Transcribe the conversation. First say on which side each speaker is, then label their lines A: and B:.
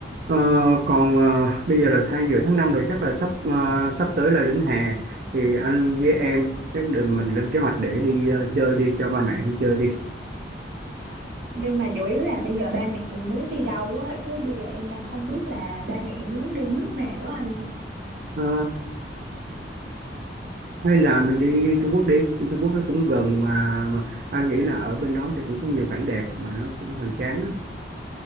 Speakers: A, on the right; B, on the right.
A: Ờ, còn ờ, bây giờ là tháng giữa tháng 5 rồi chắc là sắp ờ, sắp tới là đến hè thì anh với em chắc để mình lên kế hoạch để đi ờ, chơi đi cho ba mẹ đi chơi đi
B: nhưng mà chủ yếu là bây giờ ba mẹ muốn đi đâu á chứ bây giờ em đang không biết là ba mẹ muốn đi nước nào á anh
A: Ờ, hay là mình đi Trung Quốc đi đi Trung Quốc nó cũng gần mà, mà anh nghĩ là ở bên đó thì cũng có nhiều cảnh đẹp mà nó cũng hoành tráng á.